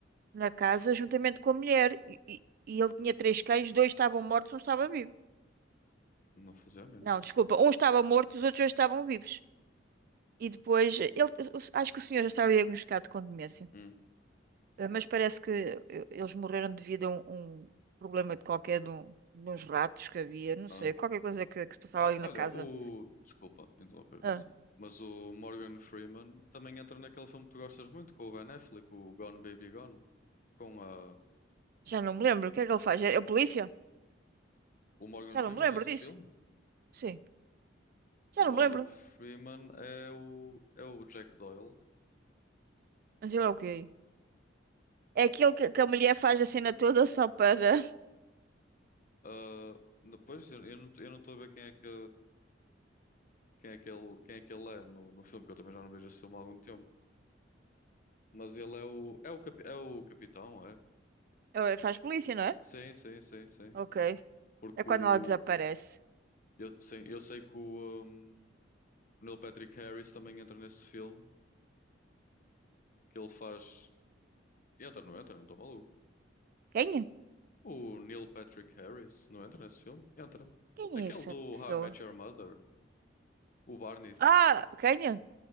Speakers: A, on the right; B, on the left.
A: na casa juntamente com a mulher. E, e- e ele tinha três cães, dois estavam mortos, um estava vivo.
B: Não fazia a mínima.
A: Não, desculpa, um estava morto, os outros dois estavam vivos. E depois, ele, acho que o senhor já estava diagnosticado com demência.
B: Hum.
A: Eh, Mas parece que eh, eles morreram devido a um, um problema de qualquer de, um, de uns ratos que havia, não
B: Ah.
A: sei, qualquer coisa que, que se passava
B: Ah,
A: ali na
B: olha,
A: casa.
B: o. Desculpa, interromper
A: Ah,
B: assim. Mas o Morgan Freeman também entra naquele filme que tu gostas muito, com o Ben Affleck, o Gone Baby Gone. Com a.
A: já não me
B: O Ben-
A: lembro. O que é que ele faz? É a polícia?
B: o Morgan
A: Já
B: Freeman
A: não me lembro
B: nesse
A: disso.
B: filme.
A: Sim, já
B: O Morgan
A: não me lembro.
B: Freeman é o, é o Jack Doyle.
A: Mas ele é o quê? É aquele que, que a mulher faz a cena toda só para. <laughs>
B: Ah, depois eu, eu não eu não estou a ver quem é que, quem é que ele, quem é que ele é no, no filme, que eu também já não vejo esse filme há algum tempo. Mas ele é o. É o, capi- é o capitão, é?
A: Eh, Faz polícia, não é?
B: Sim, sim, sim, sim.
A: Ok.
B: Porque
A: É quando
B: o,
A: ela desaparece.
B: eu, sim, eu sei que o, um, o Neil Patrick Harris também entra nesse filme, que ele faz. Entra, não entra? Não estou maluco.
A: Quem é?
B: O Neil Patrick Harris não entra nesse filme? Entra.
A: Quem
B: Aquele
A: é essa
B: do
A: pessoa?
B: How I Met Your Mother, o Barney.
A: Ah, quem é?